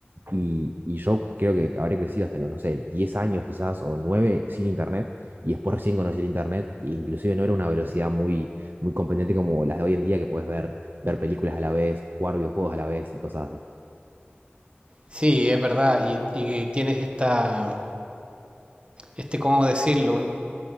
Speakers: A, on the right (about 55°); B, on the right (about 30°).
A: Y, y yo creo que habré crecido hasta los, no sé, 10 años quizás o 9 sin internet y después recién conocí el internet e inclusive no era una velocidad muy, muy competente como las de hoy en día que puedes ver, ver películas a la vez, jugar videojuegos a la vez y cosas así.
B: sí, es verdad, y, y tienes esta, este, ¿cómo decirlo?